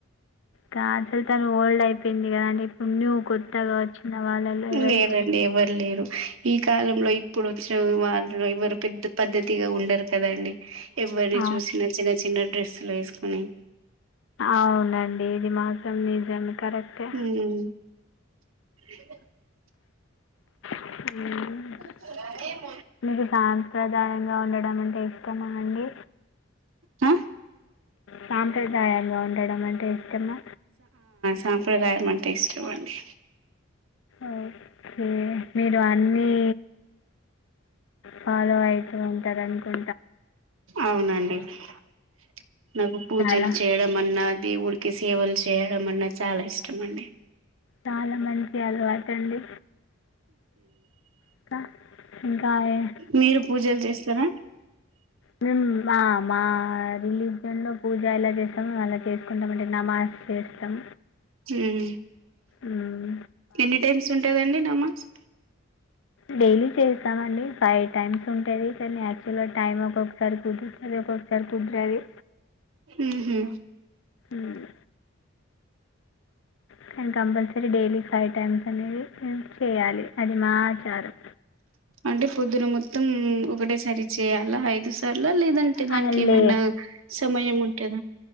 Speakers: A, on the left; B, on the right.
A: కాజల్ తను ఓల్డ్ అయిపోయింది కదా అండి ను్వు కొత్తగా వచ్చిన వాళ్ళలో ఎవరి
B: లేరండి
A: ఇస్త
B: ఎవరు లేరు ఈ కాలంలో ఇప్పుడు వచ్చిన వాళ్ళు ఎవరు పెద్ద పద్ధతిగా ఉండరు కదండి ఎవరిని
A: ఆ,
B: చూసిన చిన చి చిన్న డ్రెస్సులు వేసుకొని
A: అవునండి ది మాసం నిజ కరెక్టే
B: ఉమ్ <inaudible>
A: హ
B: అే <unintelligible>
A: మీకు సాంప్రదాయంగా ఉండడం అంటే ఇష్టమా అండి
B: క
A: సాంప్రదాయంగా ఉండడం అంటే ఇష్టము
B: సంప్రదాయంమంటే ఇష్టం అండి
A: ఓకే మీరు అన్నీ ఫాలోయి ఉంటార్ అనికొ
B: అవునండీ <inaudible> నాకు పుజలు
A: చాలా
B: చేయడం అన్న దేవుడికి సేవల్ చేయడం అన్న చాలా ఇష్టం అండి
A: చలా మంచి అలవాట అండి ఇంకా ఇంకా ఏ-
B: మిరు పూజలు చేస్తార
A: మిం మ మా రిలీజన్లో పూజ. ఎల చేస్తాం అల చేసుకుంటాం మండి నమాజ్ చేస్తం
B: మ్మ్
A: ఉమ్
B: ఎన్ని టైమ్స్ ఉంటదండి నమాస్
A: డైలి చేస్తామండి ఫైవ్ టైమ్స్ ఉంటయి కాని, యాక్టువల్గా టైమ్ ఒక. ఒకసరి కుదురుతది ఒక్కొక్కసారి కుదురది
B: ఉహు
A: ఉమ్మ్ కాని కంపల్సరి డైలి ఫైవ్ టైమ్స్ అనేవి మిం చేయాలి, అది మా ఆచారం
B: అంటే పొద్దున మొత్తం ఒకటేసరి చేయాలా ఐదు లేదంటే దానికి
A: ఆ,
B: ఏమైనా
A: లే
B: సమయం ఉంటద